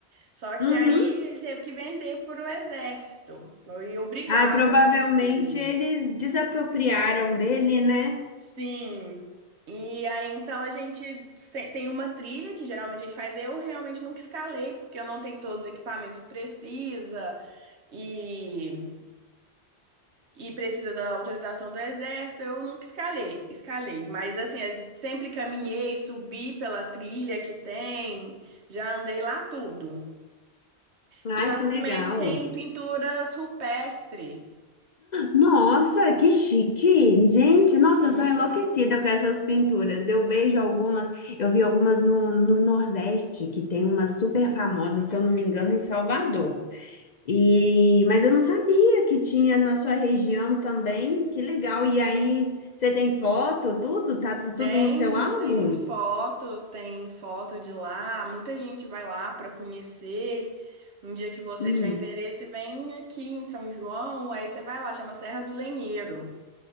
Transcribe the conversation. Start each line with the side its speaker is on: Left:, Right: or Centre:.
Right: Só que
Left: Uhum.
Right: aí ele teve que vender para o exército. Foi obrigado
Left: Ah, provavelmente
Right: a vender.
Left: eles desapropriaram dele, né?
Right: Sim. E aí então a gente se- tem uma trilha que geralmente a gente faz. Eu realmente nunca escalei, porque eu não tenho todos os equipamentos que precisa e, e precisa da autorização do exército. Eu nunca escalei, escalei. Mas assim, eu sempre caminhei, subi pela trilha que tem, já andei lá tudo.
Left: Ai,
Right: E lá
Left: que legal.
Right: também tem pinturas rupestres.
Left: Nossa, que chique! Gente, nossa,
Right: Sim,
Left: eu sou enlouquecida com essas pinturas. Eu vejo algumas, eu vi algumas no, no Nordeste, que tem uma super famosa, se eu não me engano, em Salvador. E, mas eu não sabia que tinha na sua região também. Que legal! E aí,
Right: sim.
Left: você tem foto, tudo? Tá tu- tudo
Right: Tenho,
Left: no seu álbum?
Right: tenho foto, tem foto de lá. Muita gente vai lá para conhecer. Um dia que você
Left: Hum.
Right: tiver interesse, vem aqui em São João, aí você vai lá, chama Serra do Lenheiro.